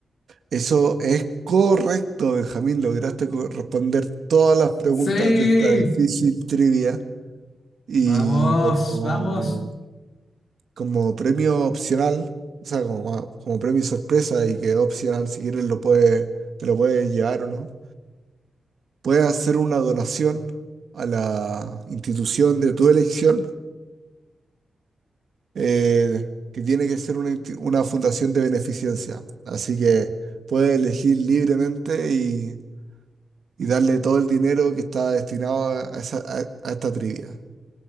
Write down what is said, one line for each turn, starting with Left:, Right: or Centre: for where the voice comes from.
Right: Eso es correcto, Benjamín. Lograste co- responder todas las preguntas
Left: Sí.
Right: de esta difícil trivia. Y
Left: Vamos,
Right: como,
Left: vamos.
Right: como premio opcional, o sea, como, ma- como premio sorpresa y que opcional, si quieres, lo puedes, te lo puedes llevar o no. Puedes hacer una donación a la institución de tu elección, eh, que tiene que ser una, insti- una fundación de beneficencia. Así que puedes elegir libremente y y darle todo el dinero que está destinado a, esa- a- a esta trivia.